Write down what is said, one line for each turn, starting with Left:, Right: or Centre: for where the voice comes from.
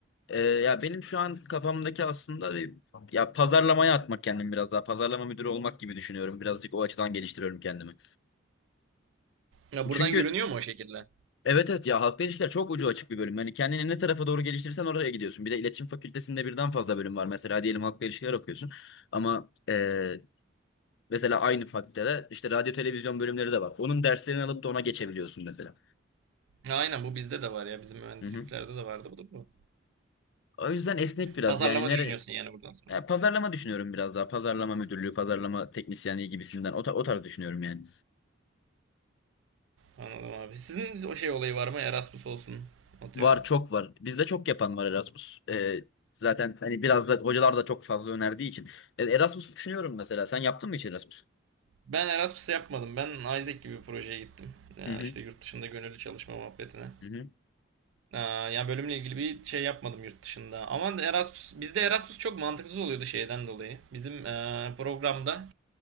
Left: E, ya benim şu an kafamdaki aslında bir, ya pazarlamaya atmak kendimi biraz daha. Pazarlama müdürü olmak gibi düşünüyorum. Birazcık o açıdan geliştiriyorum kendimi.
Right: Ya buradan
Left: Çünkü
Right: görünüyor mu o şekilde?
Left: Evet evet ya halkla ilişkiler çok ucu açık bir bölüm. Yani kendini ne tarafa doğru geliştirirsen oraya gidiyorsun. Bir de iletişim fakültesinde birden fazla bölüm var. Mesela diyelim halkla ilişkiler okuyorsun. Ama e, mesela aynı fakültede işte radyo televizyon bölümleri de var. Onun derslerini alıp da ona geçebiliyorsun mesela.
Right: Ya aynen bu bizde de var ya. Bizim mühendisliklerde
Left: Hı hı.
Right: de vardı bu da.
Left: O yüzden esnek biraz
Right: Pazarlama
Left: yani nere
Right: düşünüyorsun yani buradan sonra.
Left: ya pazarlama düşünüyorum biraz daha. Pazarlama müdürlüğü, pazarlama teknisyenliği gibisinden o, ta- o tarz düşünüyorum yani.
Right: Anladım abi. Sizin o şey olayı var mı? Erasmus olsun. Atıyorum.
Left: Var çok var. Bizde çok yapan var Erasmus. E, zaten hani biraz da hocalar da çok fazla önerdiği için. E, Erasmus düşünüyorum mesela. Sen yaptın mı hiç Erasmus?
Right: Ben Erasmus yapmadım. Ben Isaac gibi bir projeye gittim. Ya
Left: Hı hı.
Right: işte yurt dışında gönüllü çalışma muhabbetine.
Left: Hı hı.
Right: Aa, ya bölümle ilgili bir şey yapmadım yurt dışında. Ama Erasmus, bizde Erasmus çok mantıksız oluyordu şeyden dolayı. Bizim eee, programda